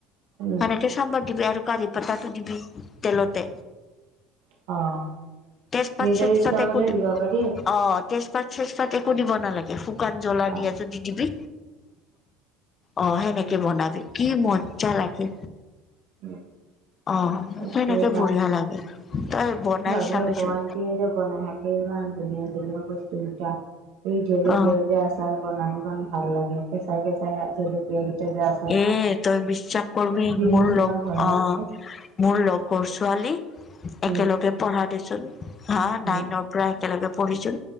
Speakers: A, on the right; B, on the left.
A: উম
B: সেনেকে চাম্বাৰ দিবি আৰু কাৰি পতাটো দিবি তেলতে।
A: অ'
B: তেজপাত
A: নিজৰ
B: চেজপাত
A: ইচ্ছামতে
B: একো দি
A: দিব পাৰি আৰু
B: অ' তেজপাত চেজপাত একো দিব নালাগে। শুকান জলা
A: অ
B: দিয়া যদি দিবি অ' সেনেকে
A: উম
B: বনাবি। কি মজা লাগে।
A: <unintelligible>
B: অ
A: তাকেই
B: সেনেকে বঢ়িয়া লাগে তই,
A: এক
B: চাবিচোন
A: আমক যে বনাই থাকে ইমান ধুনীয়া ধুনীয়া বস্তুকেইটা। এই জলকীয়া
B: অ
A: যে আচাৰ বনাই ইমান ভাল লাগে কেঁচাই কেঁচাই জলকীয়া কেইটা যে আ।
B: এই তই বিশ্বাস কৰিবি মোৰ
A: নিচিনা
B: লগ
A: ভৰাই
B: অ'
A: লয়
B: মোৰ লগৰ ছোৱালী একেলগে
A: উম
B: পঢ়া দেচোন হা
A: উম
B: নাইনৰ প্ৰায় একেলগে পঢ়িছিল